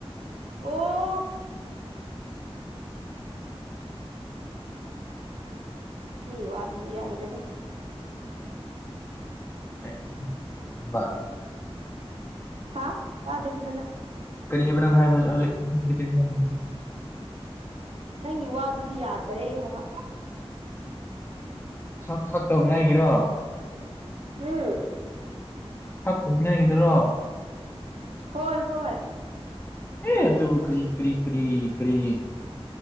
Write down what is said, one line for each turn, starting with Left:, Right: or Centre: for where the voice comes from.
Right: ꯑꯣ ꯅꯪꯒꯤ ꯋꯥ ꯑꯗꯨꯗꯤ ꯌꯥꯗ꯭ꯔꯦꯗ
Left: <inaudible>
Right: ꯍꯥꯥ ꯇꯥꯗꯦ ꯐꯖꯅ
Left: <unintelligible>
Right: ꯅꯪꯒꯤ ꯋꯥꯗꯨꯗꯤ ꯌꯥꯗꯔꯦ ꯍꯥꯏꯕ
Left: ꯍꯛ ꯍꯛ ꯇꯧꯅꯤꯍꯥꯏꯒꯤꯔꯣ
Right: ꯎꯝ
Left: ꯍꯛ ꯇꯧꯅꯤꯉꯥꯏꯒꯤꯗꯨꯔꯣ
Right: ꯍꯣꯏ ꯍꯣꯏ
Left: ꯢꯢ ꯑꯗꯨꯕꯨ ꯀꯔꯤ ꯀꯔꯤ ꯀꯔꯤ